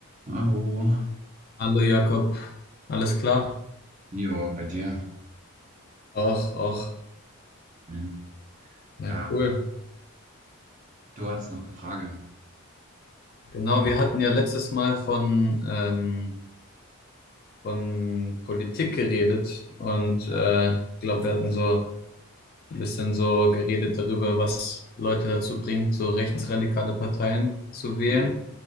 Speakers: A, on the right; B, on the left.
A: Hallo.
B: Hallo Jakob, alles klar?
A: Jo, bei dir.
B: Auch, auch.
A: Schön.
B: Na
A: Ah,
B: cool.
A: du hattest noch eine Frage.
B: Genau, wir hatten ja letztes Mal von, ähm, von Politik geredet und
A: Ja.
B: äh, ich glaube, wir hatten so ein bisschen so geredet darüber, was Leute dazu bringt, so rechtsradikale Parteien zu wählen.
A: Hm.